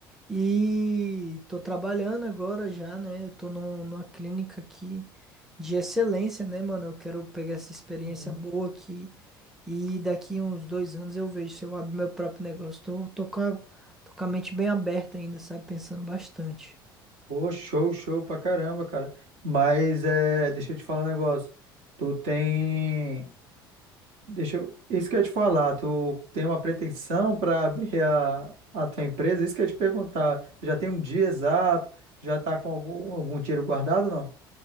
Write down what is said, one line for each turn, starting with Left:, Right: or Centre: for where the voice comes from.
Centre: e tô trabalhando agora já, né? Eu tô num- numa clínica aqui de excelência, né, mano? Eu quero pegar essa experiência
Right: Uhum.
Centre: boa aqui e daqui uns dois anos eu vejo se eu abro meu próprio negócio. Tô, tô com a, tô com a mente bem aberta ainda, sabe? Pensando bastante.
Right: Pô, show, show pra caramba, cara. Mas é, deixa eu te falar um negócio. Tu tem. Deixa eu. Isso que eu ia te falar, tu tem uma pretensão pra abrir a, a tua empresa? Isso que eu ia te perguntar. Tu já tem um dia exato? Já tá com algum, algum dinheiro guardado, ou não?